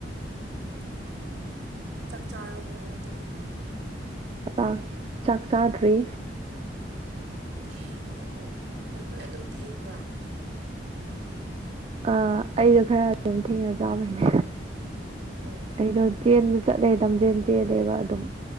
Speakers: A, on the right; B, on the right.
A: ꯍꯣꯏ ꯍꯣꯏ ꯆꯥꯛ ꯆꯥꯔꯕꯣ ꯅꯣꯏꯗꯤ
B: ꯥꯛ ꯆꯥꯛ ꯆꯥꯗ꯭ꯔꯤ
A: ꯊꯦꯡꯉꯤꯅꯦꯀꯣ ꯑꯗ ꯅꯣꯏ ꯑꯗꯨꯝ ꯊꯦꯡꯕ꯭ꯔꯥ
B: ꯑ ꯑꯩꯗꯣ ꯈꯔ ꯑꯗꯨꯝ ꯊꯦꯡꯅ ꯆꯥꯕꯩꯅꯦ
A: ꯑꯣ
B: ꯑꯩꯗꯣ ꯆꯦꯟꯕ ꯆꯠꯂꯦ ꯂꯝꯝꯖꯦꯟ ꯆꯦꯜꯗꯦꯕ ꯑꯗꯨꯝ